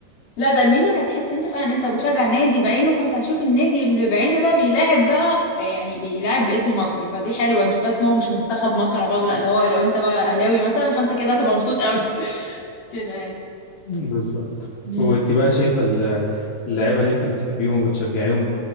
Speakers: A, on the left; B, on the left.
A: لا ده الميزه انك هتحس ان انت فعلا انت بتشجع نادي بعينه فانت هتشوف النادي اللي بعينه ده بيلاعب بقى يعني بيلاعب باسم مصر فدي حلوه مش بس هو مش منتخب مصر على بعضه لا ده هو لو انت بقى اهلاوي مثلا فانت كده هتبقى مبسوط قوي <laughs> كده يعني
B: بالظبط
A: مم.
B: وانت بقى شايفة ال- اللعيبة اللي انت بتحبيهم وبتشجعيهم